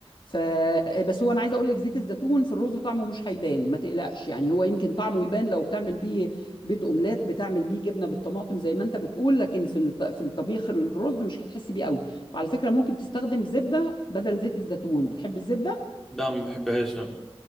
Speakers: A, on the left; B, in the centre.
A: ف آه، بس هو أنا عايزة أقول لك زيت الزيتون في الرز طعمه مش هيبان ما تقلقش يعني هو يمكن طعمه يبان لو بتعمل بيه بيض أومليت بتعمل بيه جبنة بالطماطم زي ما أنت بتقول لكن في الط... في الطبيخ الرز مش هتحس بيه قوي وعلى فكرة ممكن تستخدم زبدة بدل زيت الزيتون بتحب الزبدة؟
B: لا ما بحبهاش لا